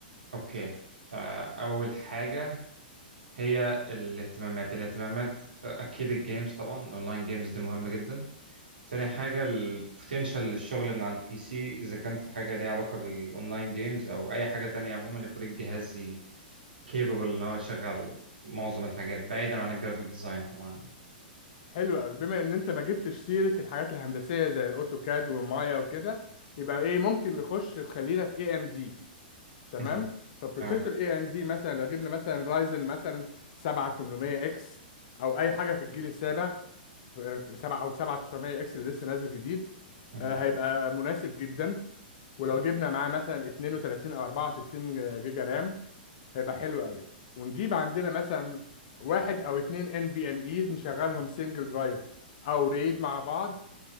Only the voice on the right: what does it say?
اوكي آه، اول حاجه هي الاهتمامات الاهتمامات آه، اكيد الجيمز طبعا الاونلاين جيمز دي مهمه جدا تاني حاجة البوتنشال للشغل من على البي سي إذا كان في حاجة ليها علاقة بالأونلاين جيمز أو أي حاجة تانية عموما يكون الجهاز كيبل إن هو يشغل معظم الحاجات بعيدا عن الجرافيك ديزاين طبعا
مهم.
تمام
مهم.